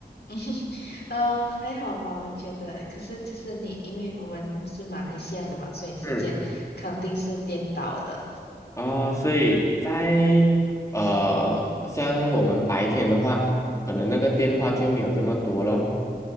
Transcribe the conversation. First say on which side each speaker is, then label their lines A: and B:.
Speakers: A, on the left; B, on the left.
A: <laughs> 呃，还好吧，我觉得。可是就是你，因为我们是马来西亚的嘛，所以时间肯定是颠倒的。
B: 嗯，哦，所以在呃，像我们白天的话，可能那个电话就没有这么多咯。